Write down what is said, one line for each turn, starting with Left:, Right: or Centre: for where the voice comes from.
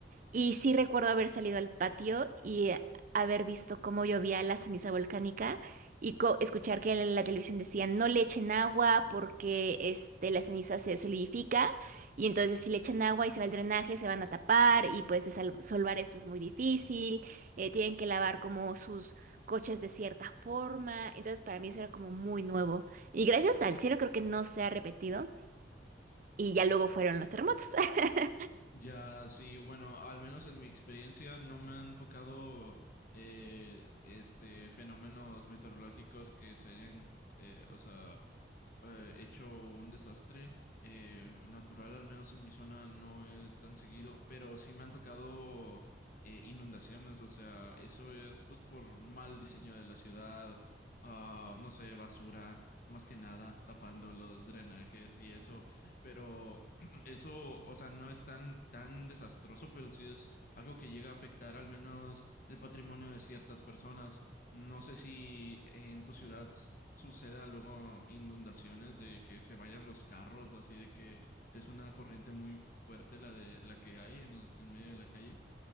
Right: Y sí recuerdo haber salido al patio y haber visto cómo llovía la ceniza volcánica y co- escuchar que en la televisión decían no le echen agua porque este, la ceniza se solidifica y entonces si le echan agua y se va el drenaje se van a tapar y pues de sal- eso es pues, muy difícil, eh, tienen que lavar como sus coches de cierta forma, entonces para mí eso era como muy nuevo y gracias al cielo creo que no se ha repetido y ya luego fueron los terremotos. <laughs>
Left: Ya, sí, bueno, al menos en mi experiencia no me han tocado eh, este fenómenos meteorológicos que se hayan, eh, o sea, eh, hecho un desastre eh, natural, al menos en mi zona no es tan seguido, pero sí me han tocado eh, inundaciones, o sea, eso es pues por mal diseño de la ciudad, ah, no sé, basura, más que nada, tapando los drenajes y eso, pero eso, o sea, no es tan, tan desastroso, pero sí es algo que llega a afectar al menos el patrimonio de ciertas personas. No sé si en tu ciudad s- suceda luego inundaciones de que se vayan los carros, así de que es una corriente muy fuerte la de la que hay en, en medio de la calle.